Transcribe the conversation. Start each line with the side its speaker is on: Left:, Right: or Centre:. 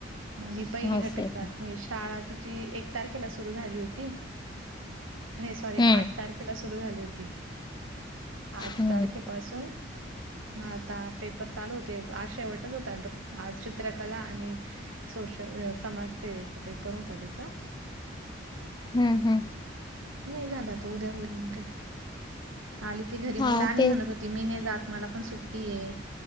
Right: मग हि पहिली
Left: असं
Right: घटक
Left: आहे
Right: चाचणी.
Left: का
Right: नाही शाळा तिची एक तारखेला सुरू झाली होती. सॉरी
Left: हम्म
Right: आठ तारखेला सुरु झाली होती आठ
Left: हम्म
Right: तारखे पाासून. मग आता पेपर चालू होते आज शेवटच होता ड्रा आज चित्रकला आणि. सोशल समाजसेवेचा पेपर होता तिचा.
Left: हम्म हम्म.
Right: नाही झालं आता उद्या होईल मग काय. आली ती घरी
Left: हा
Right: मग लाहनी
Left: तेच
Right: म्हणत होत. त मी नाही जात मला पण सुट्टी आहे.